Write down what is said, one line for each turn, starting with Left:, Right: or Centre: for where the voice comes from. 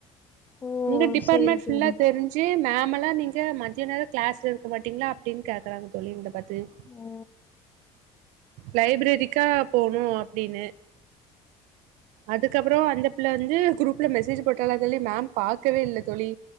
Left: ஓ
Right: எங்க டிபார்ட்மெண்ட்
Left: சரி
Right: ஃபுல்லா
Left: தோழி
Right: தெரிஞ்சு ச்சு மேம் எல்லாம் நீங்க மதிய நேரோம் கிளாஸ்ல இருக்க மாட்டீங்களா அப்டின்னு கேக்குறாங்க தோழி இந்த பத் த்து உம்
Left: ஓ
Right: லைப்ரேரிக்கா போனும் அப்டின்னு அதுக்கப்புறோ அந்த பிள்ள வந்து குரூப்ல மெசேஜ் போட்டால தோழி மேம் பாக்கவே இல்ல தோழி